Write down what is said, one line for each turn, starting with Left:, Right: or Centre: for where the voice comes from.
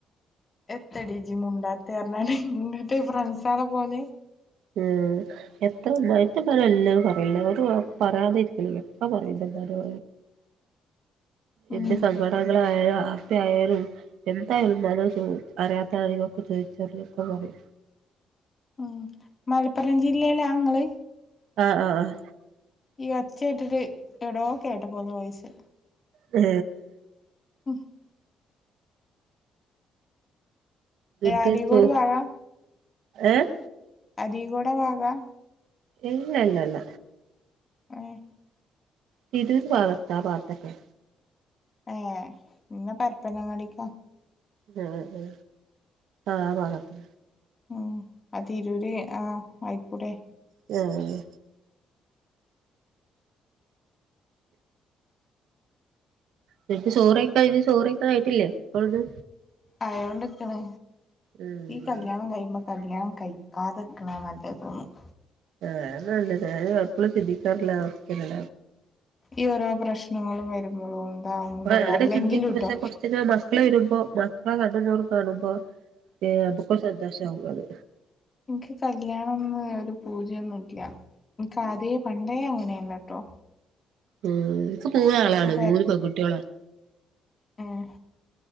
Left: എത്തടീച്ചി മുണ്ടാത്തെ എറനാള് ഇങ്ങിട്ട് ഫ്രണ്ട്സാല പോലെ
Right: മ് എത്ര മയത്തിൽ പറയില്ലാന്നു പറയില്ല അവർക്ക് പറയാതെ ഇരിക്കില എപ്പാ പറയില്ല മനോ
Left: ഉം
Right: എന്റെ സങ്കടങ്ങൾ ആയാലും ഹാപ്പിയായാലും എന്തായാലും മനോസുഖം അറിയാത്താണങ്കൊക്കെ ചോദിച്ചറിഞ്ഞൊക്കെ പോണേ
Left: മ് മലപ്പുറം ജില്ലയില ഇങ്ങള്
Right: ആഹ് ആഹ് ആഹ്
Left: ഈ ഒച്ച കേട്ടിട്ട് എവിടോ കേട്ട പോുലേ വോയിസ്
Right: മ്
Left: മ്
Right: ഫുഡ്‌ കഴിച്ചോ
Left: അരീക്കോട് ഭാഗാ
Right: ഏഹ്
Left: അരീക്കോട് ബാഗാ
Right: ഏയ്യ് അല്ല അല്ല
Left: ആഹ്
Right: തിരൂർ ഭാഗത്താ ആ ഭാഗതന്നെ
Left: അഹ് ഇങ്ങ് പരപ്പനങ്ങാടിക്കാ
Right: മ് മ് അഹ് ഭാഗത്തു
Left: മ് അതീരൂരെ ആഹ് ആയിക്കൂടെ
Right: മ് നിനക്ക് ചോർ കഴിഞ്ഞ് ച്ചോ റേക്കാറായിട്ടില്ലേ അപ്പോഴന്ന്
Left: അയോണ്ടിക്കണ്
Right: ഉം
Left: ഈ കല്യാണം കഴിയുമ്പോ കല്യാണം കഴിക്കാതിക്കണ നല്ലതെന്ന് തോന്നും
Right: അഹ് ഞാനുമുണ്ട് ഞാനും എപ്പോഴും ചിന്തിക്കാറുള്ള അവസ്ഥയാണ്
Left: ഈ ഓരോ പ്രശ്നങ്ങൾ വരുമ്പോഴോ ഉണ്ടാവുമ്പോഴോ
Right: അങ്ങനെ
Left: അല്ലെങ്കിലും
Right: ചിന്തിക്കും പക്ഷെ
Left: ട്ടോ
Right: കുറച്ച് മക്കള് വരുമ്പോ മക്കളെ കണ്ടും മോറും കാണുമ്പോൾ നമുക്കൊരു സന്തോഷമാകും അത്
Left: എനിക്ക് കല്യാണം ന്ന് ഒരു പൂതിയൊന്നും ഇല്ല എനിക്ക് ആദ്യേ പണ്ടേ അങ്ങനെയില്ല ട്ടോ.
Right: മ് എനിക്ക് മൂന്നാളാണ്
Left: പക്ഷെ
Right: മൂന്ന് പെൺകുട്ടികളാണ്.
Left: മ്